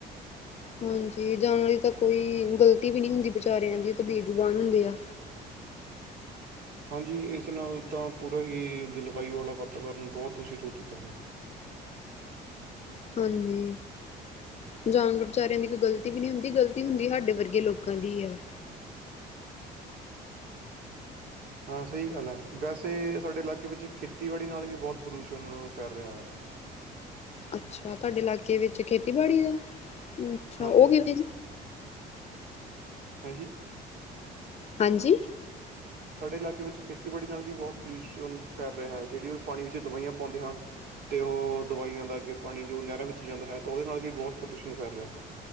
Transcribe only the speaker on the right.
ਹਾਂਜੀ ਇਸ ਨਾਲ ਤਾਂ ਪੂਰਾ ਹੀ ਜਲਵਾਯੂ ਵਾਲਾ ਵਾਤਾਵਰਨ ਬਹੁਤ ਦੂਸ਼ਿਤ ਹੋ ਚੁੱਕਾ ਹੈ।
ਹਾਂ ਸਹੀ ਗੱਲ ਆ ਵੈਸੇ ਸਾਡੇ ਇਲਾਕੇ ਵਿੱਚ ਖੇਤੀਬਾੜੀ ਨਾਲ ਵੀ ਬਹੁਤ ਪ੍ਰਦੂਸ਼ਣ ਫੈਲ ਰਿਹਾ ਹੈ।
ਹਾਂਜੀ
ਹਾਂਜੀ।
ਸਾਡੇ ਇਲਾਕੇ ਵਿੱਚ ਖੇਤੀਬਾੜੀ ਨਾਲ ਵੀ ਬਹੁਤ ਪੋਲਿਊਸ਼ਨ ਫੈਲ ਰਿਹਾ ਹੈ ਜਿਹੜੀ ਉਹ ਪਾਣੀ ਵਿੱਚ ਦਵਾਈਆਂ ਪਾਉਂਦੇ ਹਨ। ਤੇ ਉਹ ਦਵਾਈਆਂ ਦਾ ਅੱਗੇ ਪਾਣੀ ਜੋ ਨਹਿਰਾਂ ਵਿੱਚ ਜਾਂਦਾ ਹੈ ਤਾਂ ਉਹਦੇ ਨਾਲ ਵੀ ਬਹੁਤ ਪ੍ਰਦੂਸ਼ਣ ਫੈਲ ਰਿਹਾ ਹੈ।